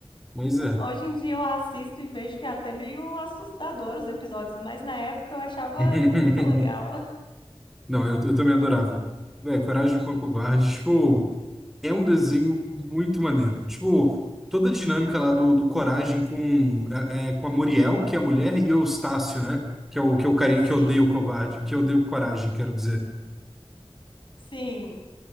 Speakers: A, in the centre; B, on the left (about 50°).
A: Mas é.
B: Hoje em dia eu assisto e vejo que é até meio assustador os episódios, mas na época eu achava
A: <laughs>
B: muito legal.
A: Não, eu, eu também adorava. Velho, Coragem com o Covarde, tipo. É um desenho muito maneiro. Tipo, toda a dinâmica lá do, do Coragem com, é, é, com a Muriel, que é a mulher, e o Eustácio, né? Que é o, que é o carinha
B: <laughs>
A: que
B: Sim,
A: odeia o covarde, que odeia o Coragem, quero dizer.
B: sim.